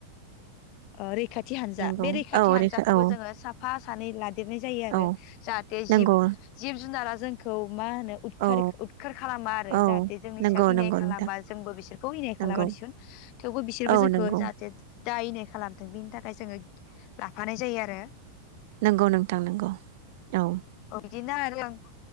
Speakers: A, on the left; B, on the right.
A: ओ रै खाथि हानजा
B: नंगौ
A: बे रैखाथि
B: औ
A: हानजाखौबो
B: रैखा औ
A: जोंङो साफ फा सानै ला देरनाय जायो आरो
B: औ
A: जाहाथे
B: नंगौ
A: जिब जिब जुनारा जोंखौ मा होनो उदखारिक
B: औ
A: उदखार खालामा आरो
B: औ
A: जाहाथे जोंनि
B: नंगौ
A: सायाव इनाय
B: नंगौ
A: खालामा
B: नोंथां
A: जोंबो बिसोरखौ इनाय
B: नंगौ
A: खालामा दिसुन थेवबो बिसोरबो
B: औ
A: जोंखौ
B: नंगौ
A: जाहाथे दा इनाय खालामदों बेनि था खाय जोंङो लाफानाय जायो आरो <unintelligible>
B: नोंगौ नोंथां नोंगौ औ
A: बिदिनो <unintelligible>